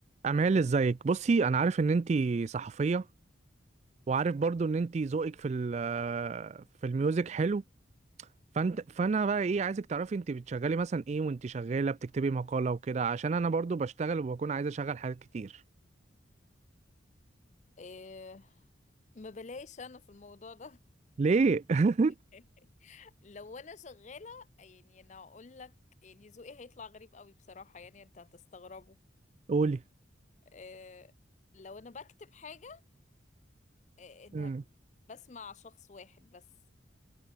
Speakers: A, on the right (about 35°); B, on the left (about 40°).
A: أمال ازيك بصي انا عارف ان انتي صحفية وعارف برضو ان انتي ذوقك في ال- آه، في الميوزك حلو فانت فانا بقى ايه عايزك تعرفي انتي بتشغلي مثلا ايه وانتي شغالة بتكتبي مقالة وكده عشان انا برضو بشتغل وبكون عايز اشغل حاجات كتير
B: إيه ما بلاش انا في الموضوع ده
A: ليه <laughs>
B: <laughs> لو انا شغالة يعني انا اقول لك يعني ذوقي هيطلع غريب قوي بصراحة يعني انت هتستغربه
A: قولي
B: إيه لو انا بكتب حاجة إيه انا
A: مم.
B: بسمع شخص واحد بس